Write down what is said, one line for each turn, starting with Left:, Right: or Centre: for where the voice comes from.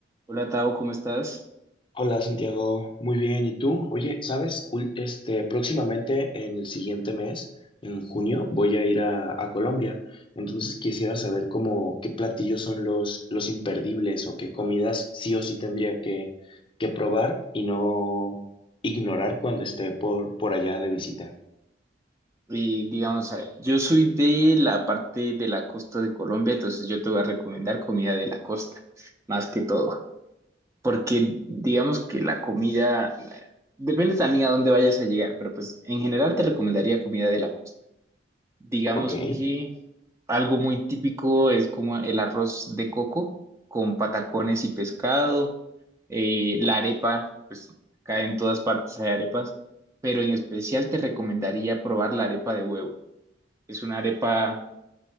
Right: Hola Tao, ¿cómo estás?
Left: Hola Santiago, muy bien. ¿Y tú? Oye, ¿sabes? Ul- Este, próximamente en el siguiente mes, en junio, voy a ir a, a Colombia. Entonces quisiera saber cómo qué platillos son los, los imperdibles o qué comidas sí o sí tendría que, que probar y no ignorar cuando esté por, por allá de visita.
Right: Y digamos, a ver, yo soy de la parte de la costa de Colombia, entonces yo te voy a recomendar comida de la costa, más que todo, porque digamos que la comida, eh, depende también a dónde vayas a llegar, pero pues en general te recomendaría comida de la costa. Digamos
Left: Ok,
Right: que algo muy típico es como el arroz de coco con patacones y pescado. eh, la arepa, pues acá en todas partes hay arepas, pero en especial te recomendaría probar la arepa de huevo. Es una arepa